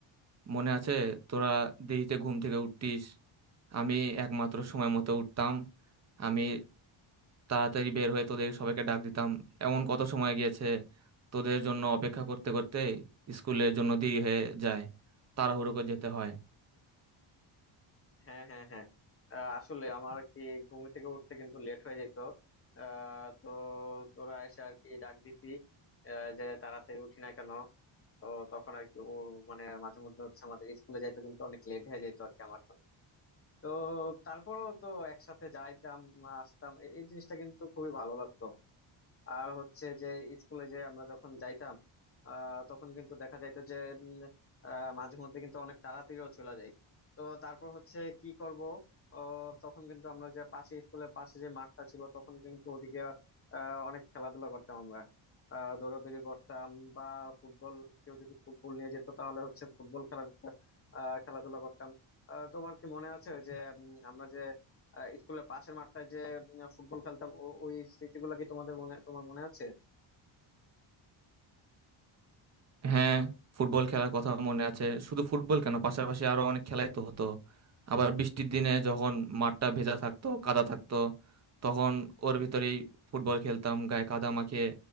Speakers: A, on the right; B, on the left.
A: মনে আছে তোরা দেরিতে ঘুম থেকে উঠতিস আমি একমাত্র সময় মতো উঠতাম আমি তাড়াতাড়ি বের হয়ে তোদের সবাইকে ডাক দিতাম এমন কত সময় গিয়েছে তোদের জন্য অপেক্ষা করতে করতে স্কুলের জন্য দেরি হয়ে যায় তাড়াহুড়ো করে যেতে হয়
B: হ্যাঁ হ্যাঁ হ্যাঁ আহ, আসলে আমার কি ঘুম থেকে উঠতে কিন্তু লেট হয়ে যেত আহ তো তোরা এসে আর কি ডাক দিতি আহ, যে তাড়াতাড়ি উঠি না কেন তো তখন আর কি ও মানে মাঝে মধ্যে হচ্ছে আমাদের স্কুলে যাইতো কিন্তু অনেক লেট হয়ে যেত আর কি আমার জন্য তো তারপরও তো একসাথে যাইতাম আসতাম এ- এই জিনিসটা কিন্তু খুবই ভালো লাগতো আর হচ্ছে যে স্কুলে যে আমরা যখন যাইতাম আহ তখন কিন্তু দেখা যাইতো যে উম, আহ, মাঝে মধ্যে কিন্তু অনেক তাড়াতাড়িও চলে যাই তো তারপর হচ্ছে কি করব আহ, তখন কিন্তু আমরা যে পাশে স্কুলের পাশে যে মাঠটা ছিল তখন কিন্তু ওদিকে আহ, অনেক খেলাধুলা করতাম আমরা আহ দৌড়াদৌড়ি করতাম বা ফুটবল কেউ যদি ফুটবল নিয়ে যেত তাহলে হচ্ছে ফুটবল খেলা আহ, খেলাধুলা করতাম আহ, তোমার কি মনে আছে ওই যে উম, আমরা যে আহ, স্কুলের পাশের মাঠটায় যে উম, ফুটবল খেলতাম ও- ওই স্মৃতিগুলো কি তোমাদের মনে তোমার মনে আছে
A: হ্যাঁ ফুটবল খেলার কথা মনে আছে শুধু ফুটবল কেন পাশাপাশি আরো অনেক খেলাই তো হতো আবার বৃষ্টির দিনে যখন মাঠটা ভেজা থাকতো কাদা থাকতো তখন ওর ভিতরেই ফুটবল খেলতাম গায়ে কাদা মাখিয়ে